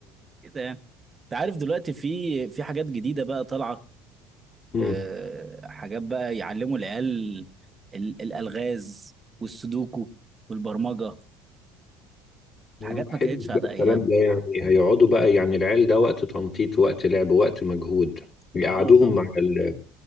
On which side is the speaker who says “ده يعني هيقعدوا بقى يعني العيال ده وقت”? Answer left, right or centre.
Left